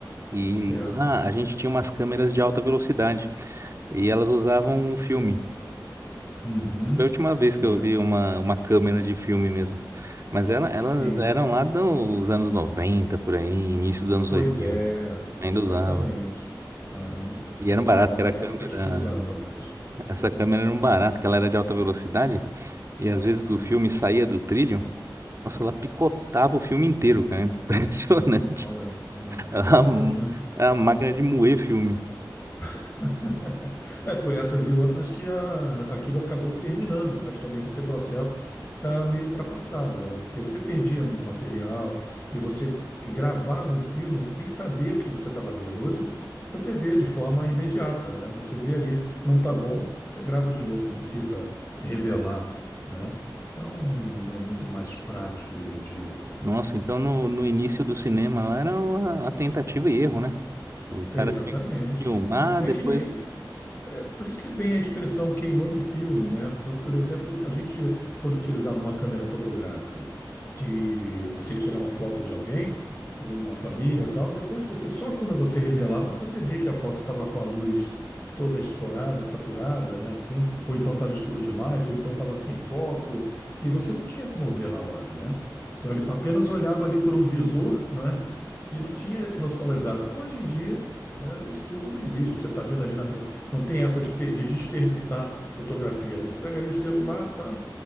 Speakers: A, on the right; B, on the left.
A: e
B: Certo.
A: lá a gente tinha umas câmeras de alta velocidade e elas usavam um filme.
B: Uhum,
A: Foi a última vez
B: certo.
A: que eu vi uma, uma câmera de filme mesmo. Mas ela, elas
B: Sim.
A: eram lá dos anos 90 por aí, início dos anos
B: Pois
A: dois mil
B: é,
A: ainda
B: exatamente.
A: usava.
B: Aham.
A: E era um barato,
B: É uma
A: que era a
B: época
A: câmera.
B: que se usava mais.
A: Essa
B: É,
A: câmera era um barato, que ela era de alta velocidade e às vezes
B: Sim.
A: o filme saía do trilho. Nossa, ela picotava o filme inteiro, cara. <laughs> Impressionante.
B: Olha só.
A: Ela,
B: É mesmo,
A: <laughs>
B: é?
A: é a máquina de moer filme.
B: <laughs> É por essas e outras que a- aquilo acabou terminando, praticamente esse processo está meio ultrapassado, né? Porque você perdia muito material e você gravava um filme sem saber o que você estava vendo. Hoje você vê de forma imediata, né? Você vê ali, não tá bom, você grava de novo, não precisa revelar, né? Então é muito mais prático hoje em dia.
A: Nossa, então no, no início do cinema lá era uma, a tentativa e erro, né? O cara
B: Exatamente.
A: tinha que filmar,
B: É,
A: depois.
B: é que nem É por isso que vem a expressão queimando o filme, né? Por, por exemplo, a gente, quando utilizava uma câmera fotográfica, que você ia tirar uma foto de alguém, de uma família e tal, depois você, só quando você revelava, você via que a foto estava com a luz toda estourada, saturada, né? Assim, ou então estava escuro demais, ou então estava sem foco, e você não tinha como ver na hora, né? Você olha- apenas olhava ali por um visor, né? <laughs> E não tinha noção exata. Hoje em dia né? Estudo não existe. Você está vendo ali na. me- Não tem essa de, pe- de desperdiçar fotografia, né? Você pega ali o celular, pá,